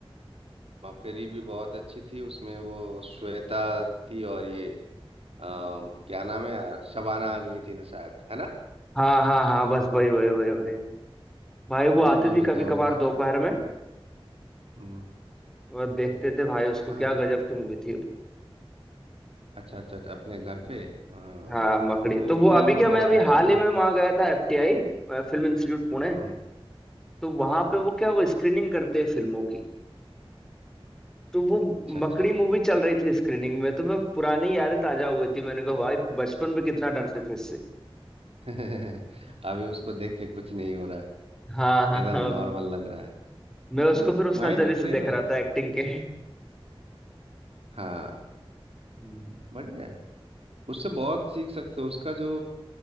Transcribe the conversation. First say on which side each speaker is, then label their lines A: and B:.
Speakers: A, on the right; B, in the centre.
A: मकरी भी बहुत अच्छी थी उसमें वो श्वेता थी और ये आ, क्या नाम है यार शबाना आजमी थी ना शायद है ना
B: हाँ हाँ हाँ बस वही वही वही वही भाई वो आती
A: ये दोनों
B: थी कभी
A: जबरदस्त
B: कभार दोपहर
A: फिल्म है
B: में
A: हम्म
B: वो देखते थे भाई उसको
A: कहाँ
B: क्या गजब की मूवी थी वो।
A: अच्छा अच्छा अच्छा, अपने घर पे हाँ
B: हाँ मकड़ी
A: वो
B: तो वो
A: फिल्म
B: अभी क्या
A: बहुत
B: मैं अभी
A: अच्छी
B: हाल
A: थी
B: ही में वहां गया था एफटीआई film institute Pune
A: हम्म
B: तो वहां पे वो क्या वो स्क्रीनिंग करते हैं फिल्मों की तो वो
A: अच्छा अच्छा
B: मकड़ी मूवी चल रही थी स्क्रीनिंग में तो मैं पुरानी यादें ताजा हो गई थी मैंने कहा भाई बचपन में कितना डरते थे इससे
A: <laughs> अभी उसको देख के कुछ नहीं हो रहा है
B: हाँ हाँ
A: एकदम
B: हाँ
A: नॉर्मल लग रहा है
B: मैं
A: क्योंकि
B: उसको
A: वो
B: फिर उस
A: माइंड
B: नजरिए से
A: ट्रेन
B: देख
A: हो
B: रहा
A: जाता
B: था एक्टिंग
A: है
B: के
A: हाँ
B: हम्म,
A: बढ़िया है उससे बहुत सीख सकते हो उसका जो